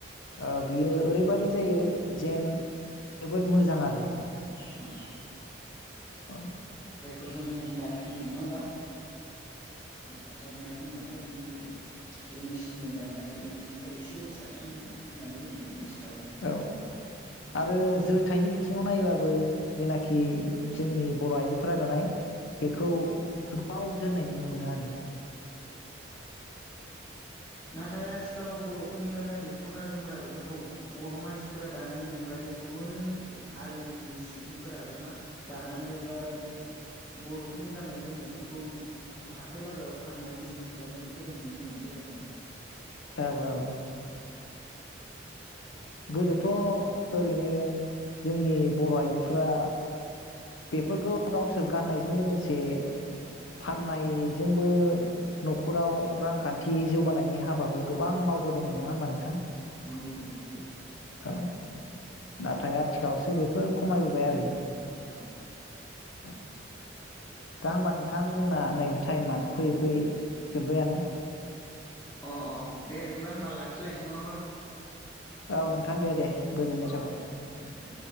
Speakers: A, on the left (about 80°); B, on the left (about 15°).
A: ओ बियो ओरैबायदि जायो जेन जोबोद मोजां आरो
B: औ
A: औ
B: इखौ जों हम मेद होनो नङा ओमबा? औ हम मेड होनबा फ्राय बियो जों मेसिनजों दानाय बिनिफ्राय एसेल'बो साबसिन होननानै जों बेखौ मिन्थि
A: औ आरो जुथ थाइनि बिथिङाव नायोबाबो जेनाखि जोंनि बर' आइजोफोरा दानाय बेखौ गोबाव जोरनाय नुनो मोनो आरो
B: नाथाय आथिखालाव बर'फोरनि गाननाय दख'ना जोमग्रा बेफोरखौ बर' मानसिफोरा दानायनि अनगायै गुबुन हारिनि सुबुंफोराबो मा दानानैबा बे बर'फोरनि गाननाय जोमनायफोरखौ हाथाय बाजाराव फाननाय बिजिनेस खालामनाय बेखौ जों नुनो मोनसै आरो ना?
A: औ औ
B: <inaudible>
A: गोदोथ ओरैनो जोंनि बर' आइजोफोरा बेफोरखौ गावसोर गाननायजों लोगोसे फाननायजोंबो न'खराव रांखान्थि जौगानायनि हाबाबो गोबां मावबोदोंमोन नङा ओमबा नोंथां?
B: नंगौ नंगौ
A: औ नाथाय आथिखालावसो बेफ फोर खमायबोबाय आरो
B: औ
A: औ दा ओमबा नोंथां जोंना नै टायेमा फैयै फैयै जोबायानो।
B: अ अ दे बिदिबा होमबा लाखिलायसै नङा होमबा?
A: औ नोंथां दे दे। गोजोननाय
B: औ
A: थाबाय
B: दे दे उम